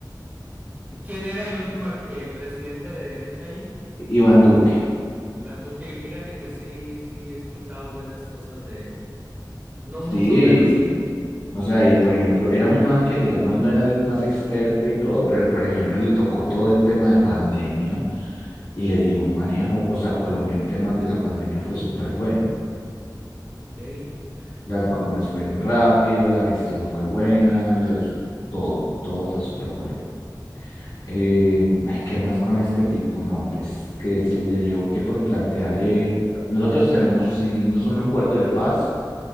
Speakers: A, on the right; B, on the left.
A: ¿quién era el último eh, presidente de derecha ahí?
B: Iván Duque,
A: Iván Duque, y fíjate que sí, sí, he escuchado buenas cosas de él. No mucho,
B: sí.
A: pero sí.
B: O sea, y por ejemplo, era un man que, digamos, no era el más experto y todo, pero por ejemplo, le tocó todo el tema de pandemia y le dio un manejo. O sea, Colombia en temas de la pandemia fue súper bueno.
A: Ok.
B: Las
A: Mm,
B: vacunas fueron rápido, la gestión fue buena, los, todo, todo fue súper bueno. Eh, ay, ¿qué más con este tipo? No, pues que se le dio que por plantear, eh, nosotros tenemos, hicimos un acuerdo de paz